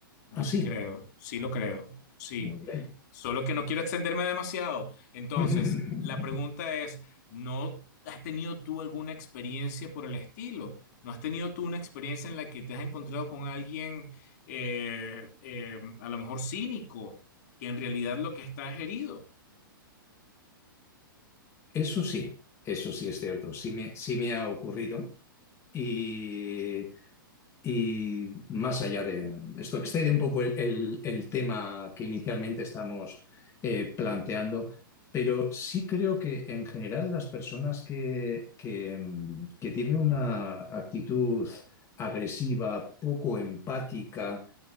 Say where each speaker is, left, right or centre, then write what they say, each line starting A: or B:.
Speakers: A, on the left; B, on the left.
A: Yo
B: Ah, sí,
A: sí creo, sí lo creo, sí.
B: muy bien.
A: Solo que no quiero extenderme demasiado. Entonces,
B: <laughs>
A: la pregunta es, ¿no has tenido tú alguna experiencia por el estilo? ¿No has tenido tú una experiencia en la que te has encontrado con alguien eh, eh, a lo mejor cínico, que en realidad lo que está es herido?
B: Eso sí, eso sí es cierto, sí me, sí me ha ocurrido y, y más allá de esto, excede un poco el, el- el tema que inicialmente estamos eh, planteando, pero sí creo que en general las personas que, que, mm, que tienen una actitud agresiva, poco empática,